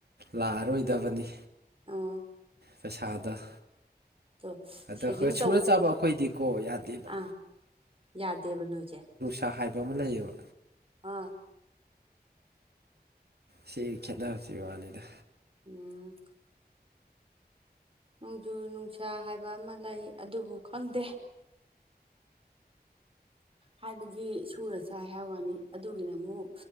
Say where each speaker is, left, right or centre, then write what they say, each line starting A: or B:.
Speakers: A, on the right; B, on the right.
A: ꯂꯥꯛꯑꯔꯣꯏꯗꯕꯅꯤ
B: ꯑꯣ
A: ꯐꯁꯥꯗ
B: ꯑꯗꯣ
A: ꯑꯗꯣꯏ
B: ꯁꯦꯚꯤꯡ
A: ꯁꯨꯔ
B: ꯇꯧꯕ
A: ꯆꯥꯕ ꯑꯩꯈꯣꯏꯗꯤꯀꯣ ꯌꯥꯗꯦꯕ
B: ꯑꯥ ꯌꯥꯗꯦꯕ ꯅꯣꯏꯁꯦ
A: ꯆ ꯍꯥꯏꯕ ꯑꯃ ꯂꯩꯌꯦꯕ
B: ꯑꯥ
A: ꯁꯤ ꯈꯦꯠꯅꯕꯁꯤ ꯋꯥꯅꯤꯗ
B: ꯎꯝ ꯅꯣꯡꯖꯨ ꯅꯨꯡꯁꯥ ꯍꯥꯏꯕ ꯑꯃ ꯂꯩ ꯑꯗꯨꯕꯨ ꯈꯪꯗꯦ ꯍꯥꯏꯕꯗꯤ ꯁꯨꯔ ꯆꯥꯏ ꯍꯥꯏꯕ ꯋꯥꯅꯤ ꯑꯗꯨꯒꯤꯅ ꯑꯃꯨꯛ